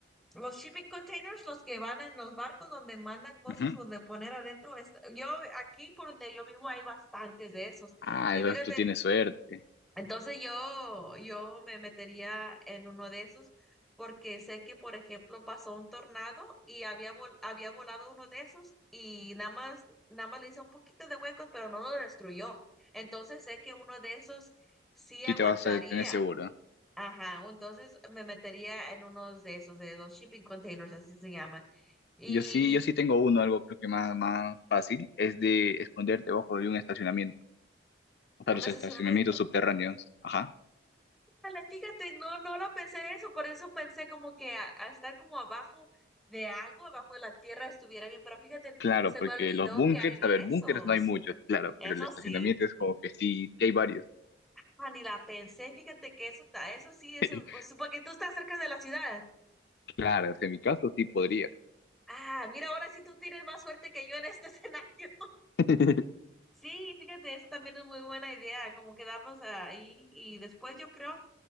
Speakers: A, in the centre; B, on the left.
A: los shipping containers, los que van en los barcos donde mandan cosas,
B: Ujú.
A: donde poner adentro. es- yo aquí por donde yo vivo hay bastantes de esos.
B: Ah,
A: Y
B: entonces
A: fíjate,
B: tú tienes suerte.
A: entonces yo, yo me metería en uno de esos porque sé que, por ejemplo, pasó un tornado y había, vol- había volado uno de esos y nada más, nada más le hizo un poquito de huecos, pero no lo destruyó. Entonces sé que uno de esos sí
B: Sí
A: aguantaría.
B: te vas a tener seguro.
A: Ajá, o entonces me metería en uno de esos, de los shipping containers, así se llaman. Y
B: Yo sí, yo sí tengo uno, algo creo que más, más fácil, es de esconderte bajo de un estacionamiento, o sea, los
A: un estacionamiento.
B: estacionamientos subterráneos. Ajá.
A: Ándale, Fíjate, no, no lo pensé eso, por eso pensé como que a, a estar como abajo de algo, abajo de la tierra estuviera bien, pero fíjate,
B: Claro,
A: se
B: porque
A: me olvidó
B: los búnkers,
A: que hay de
B: a ver,
A: esos.
B: búnkers no hay muchos, claro,
A: Eso
B: pero el estacionamiento
A: sí,
B: es como que sí, que hay varios.
A: ah, ni la pensé, fíjate que eso está, eso sí, eso,
B: <laughs>
A: o sea, porque tú estás cerca de la ciudad.
B: Claro, o sea, en mi caso sí podría
A: Ah, mira, ahora sí tú tienes más suerte que yo en este <laughs> escenario.
B: <laughs>
A: Sí, fíjate, eso también es muy buena idea, como quedarnos ahí y después yo creo